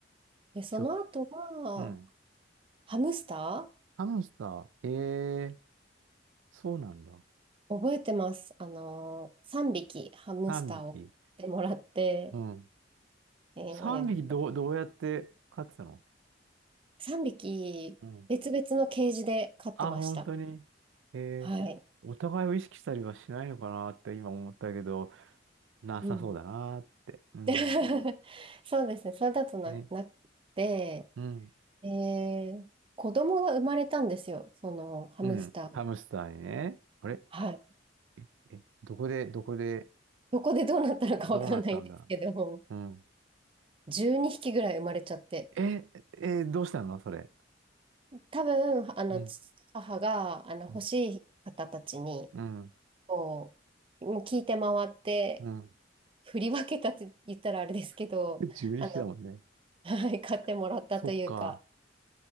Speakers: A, on the right (about 30°); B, on the right (about 85°).
A: で、その後は、
B: ひょ、うん。
A: ハムスタ
B: ハムスター、ええそうなんだ。
A: ー覚えてます。あの、3匹ハムスターを買ってもらって、
B: 3匹。うん。
A: え
B: 3匹どう、
A: ー、
B: どうやって飼ってたの
A: 3匹別々のケージで飼ってました。
B: うん。あ、本当に。ええお互いを意識したりはしないのかなって今思ったけど、
A: はい。
B: なさそうだなって。
A: うん
B: うん。
A: <laughs> そうですね。それだとな、
B: ね。
A: なくて、
B: うん。
A: えー子供が生まれたんですよ。そのハムスター。
B: うん。ハムスターにね。あれ
A: はい。
B: え、え、どこで、どこで、
A: どこでどうなったのかわかんないんですけど、
B: どうなったんだうん。
A: 12匹ぐらい生まれちゃって。
B: え、え、どうしたのそれ。
A: 多分、あの、
B: うん。
A: 父母が、あの、
B: うん。
A: 欲しい方たちに、
B: うん。
A: こう、もう聞いて回って、
B: うん。
A: 振り分けたって言ったらあれですけど、
B: <laughs> 12匹だもんね。
A: あの、<laughs> はい、買ってもらったというか、
B: そっか。